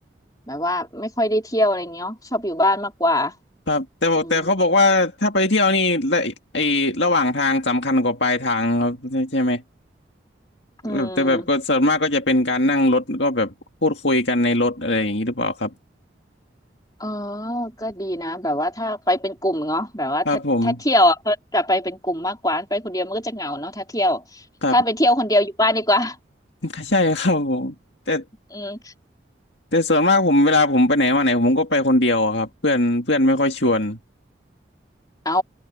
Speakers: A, on the left; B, on the left.
A: แบบว่าไม่ค่อยได้เที่ยวอะไรเงี้ยเนอะชอบอยู่บ้านมากกว่า
B: ครับแต่บอกแต่เขาบอกว่าถ้าไปเที่ยวนี่ระไอ้ระหว่างทางสำคัญกว่าปลายทางครับใช่ใช่ไหม
A: อืมอืม
B: แบบแต่แบบก็ส่วนมากก็จะเป็นการนั่งรถก็แบบพูดคุยกันในรถอะไรอย่างนี้หรือเปล่าครับ
A: อ๋อก็ดีนะแบบว่าถ้าไปเป็นกลุ่มเนาะแบบว่าถ้าถ้าเที่ยวอ่ะก็จะไปเป็นกลุ่มมากกว่าไปคนเดียวมันก็จะเหงาเนาะถ้าเที่ยว
B: ครับผมครับ
A: ถ้าไปเที่ยวคนเดียวอยู่บ้านดีกว่า
B: <laughs> ใช่ครับผมแต่
A: อืม
B: แต่ส่วนมากผมเวลาผมไปไหนมาไหนผมก็ไปคนเดียวอะครับเพื่อนเพื่อนไม่ค่อยชวน
A: เอา